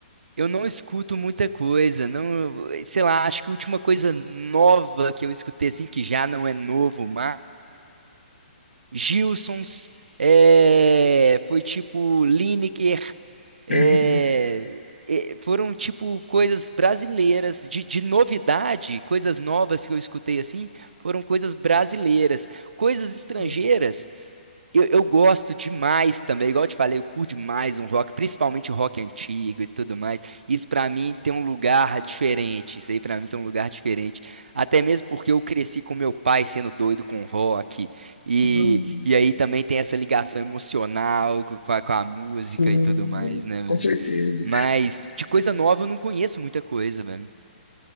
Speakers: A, on the right; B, on the left.
A: eu não escuto muita coisa, não, sei lá, acho que a última coisa nova que eu escutei assim que já não é novo, mas Gilsons é, foi tipo Lineker, é,
B: Uhum,
A: é, foram tipo coisas brasileiras de, de novidade, coisas novas que eu escutei assim, foram coisas brasileiras, coisas estrangeiras.
B: uhum,
A: Eu, eu gosto demais também, igual eu te falei, eu curto demais um rock, principalmente o rock antigo e tudo mais. Isso pra mim tem um lugar diferente. Isso aí pra mim tem um lugar diferente. Até mesmo porque eu cresci com meu pai sendo doido com rock. E,
B: uhum.
A: e aí também tem essa ligação emocional co- com a, com a música
B: Sim,
A: e tudo mais, né, velho?
B: com certeza.
A: Mas de coisa nova eu não conheço muita coisa, velho.